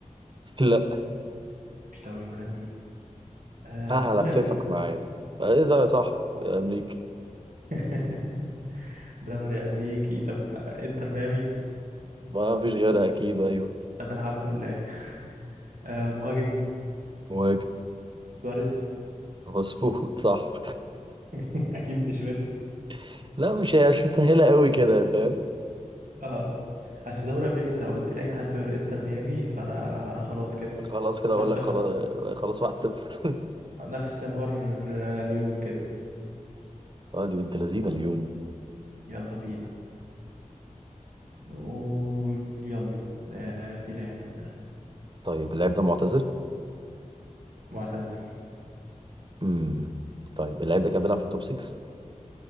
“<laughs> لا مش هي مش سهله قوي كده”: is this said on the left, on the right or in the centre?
Right